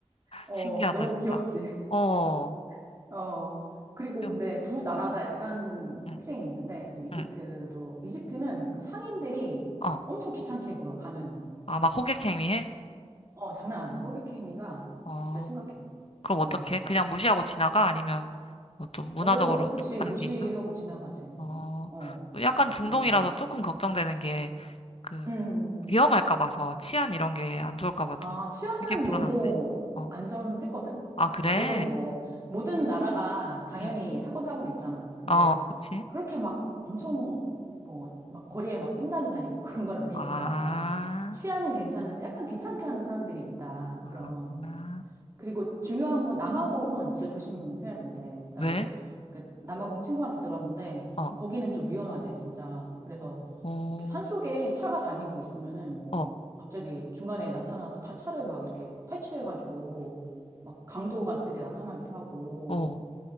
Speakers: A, on the right; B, on the left.
A: 어,
B: 신기하다,
A: 너무
B: 진짜.
A: 귀엽지.
B: 어.
A: <laughs> 어. 그리고
B: 좀,
A: 근데 두 나라 다 약간
B: 응,
A: 특징이 있는데, 지금 이집트도,
B: 응.
A: 이집트는 그 상인들이
B: 어.
A: 엄청 귀찮게 굴어, 가면은.
B: 아, 막 호객행위 해?
A: 어, 장난 아니야. 호객행위가
B: 어.
A: 진짜 심각해.
B: 그럼 어떡해?
A: 어.
B: 그냥 무시하고 지나가? 아니면 뭐 좀 문화적으로
A: 오, 그치.
B: 좀 다른
A: 무시하고
B: 게 있나?
A: 지나가지.
B: 어,
A: 어,
B: 또 약간 중동이라서
A: 뭐.
B: 조금 걱정되는 게 그
A: 음.
B: 위험할까 봐서 치안 이런 게 안 좋을까 봐 좀
A: 아, 치안은
B: 되게 불안한데.
A: 너무
B: 어,
A: 안전했거든?
B: 아 그래?
A: 그러니까, 물론 뭐, 모든 나라가 당연히
B: 응.
A: 사건, 사고는 있잖아. 근데,
B: 어, 그치?
A: 그렇게 막 엄청, 뭐, 막 거리에 막 횡단이 다니고 <laughs> 그런 건 아니니까,
B: 아,
A: 치안은 괜찮은데, 약간 귀찮게 하는 사람들이 있다.
B: 아,
A: 그런.
B: 아.
A: 그리고 중요한 건 남아공은 진짜 조심해야 된대. 나도
B: 왜?
A: 그 남아공 친구한테 들었는데
B: 어,
A: 거기는 좀 위험하대, 진짜. 그래서
B: 어,
A: 이렇게 산속에 차가 다니고 있으면은 뭐
B: 어,
A: 갑자기 중간에 나타나서 차, 차를 막 이렇게 탈취해가지고 막 강도가들이 나타나기도 하고
B: 어,